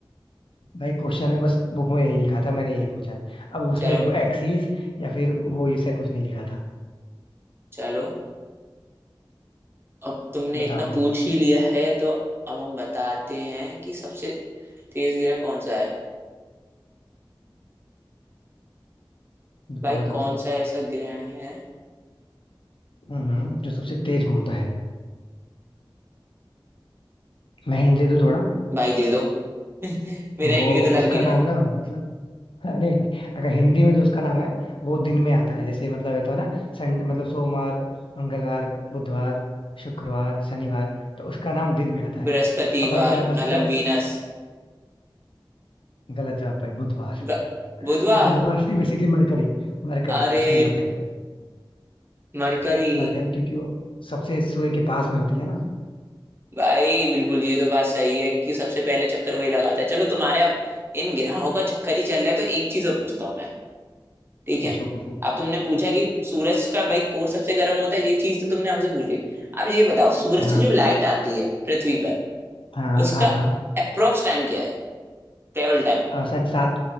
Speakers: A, on the left; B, on the right.
A: भाई क्वेश्चन है बस बुक में यही लिखा था मैंने यही पूछा है अब उसमें
B: चलो
A: एक्सिस या फिर वो ऐसा कुछ नहीं लिखा था
B: चलो अब तुमने
A: बताओ
B: इतना पूछ ही लिया है तो अब हम बताते हैं कि सबसे तेज ग्रह कौन सा है
A: बताओ
B: भाई
A: बताओ
B: कौन सा ऐसा ग्रह है
A: हम्म हम्म, जो सबसे तेज घूमता है मैं हिंट दे दूं थोड़ा
B: भाई दे दो <laughs> मेरा
A: वो
B: इंडिया तो लग
A: उसका
B: नहीं रहा
A: नाम ना मतलब नहीं अगर हिंदी में जो उसका नाम है वो दिन में आता है जैसे मतलब ये तो है ना संडे मतलब सोमवार मंगलवार बुधवार शुक्रवार शनिवार तो उसका नाम दिन में आता है
B: बृहस्पतिवार
A: अब भाई तुम्हारे
B: मतलब
A: पास एकदम
B: वीनस
A: गलत जवाब भाई बुधवार
B: ब- बुधवार
A: बुधवार नहीं basically mercury Mercury
B: अरे
A: actually mercury
B: मरकरी
A: Mercury क्योंकि वो सबसे सूर्य के पास में होती है ना
B: भाई बिल्कुल ये तो बात सही है कि सबसे पहले चक्कर वही लगाता है चलो तुम्हारे अब इन ग्रहों का चक्कर ही चल रहा है तो एक चीज और पूछता हूँ मैं ठीक
A: पूछो
B: है
A: पूछो
B: अब तुमने पूछा कि सूरज का भाई कोर सबसे गर्म होता है ये चीज तो तुमने हमसे पूछी अब ये बताओ सूरज
A: हाँ
B: से जो लाइट आती है पृथ्वी पर
A: हाँ
B: उसका
A: हाँ हाँ
B: अप्रोक्स टाइम क्या है ट्रेवल टाइम
A: और शायद सात